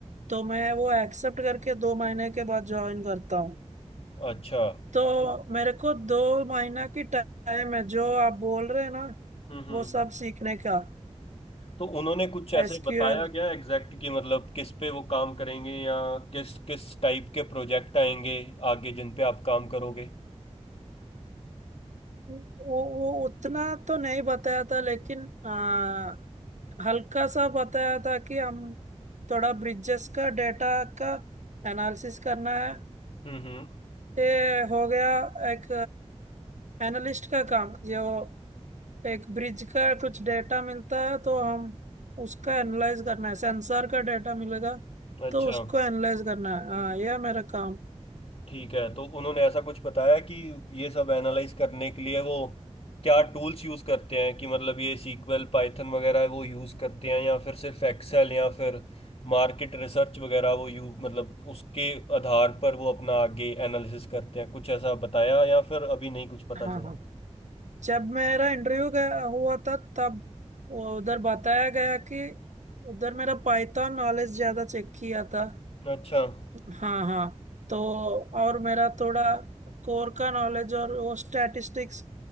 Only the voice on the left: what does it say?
अच्छा
तो
हम्म हम्म।
तो उन्होंने कुछ ऐसे
बताया क्या एग्जैक्ट कि मतलब किस पे वो काम करेंगे या किस किस टाइप के प्रोजेक्ट आएंगे आगे जिन पे आप काम करोगे
हम्म हम्म,
अच्छा
ठीक है तो उन्होंने ऐसा कुछ बताया कि ये सब एनालाइज करने के लिए वो क्या टूल्स यूज करते हैं कि मतलब ये सीक्वल पाइथन वगैरह वो यूज करते हैं या फिर सिर्फ एक्सेल या फिर मार्केट रिसर्च वगैरह वो यू मतलब उसके आधार पर वो अपना आगे एनालिसिस करते हैं कुछ ऐसा बताया या फिर अभी नहीं कुछ पता
चला
अच्छा हम्म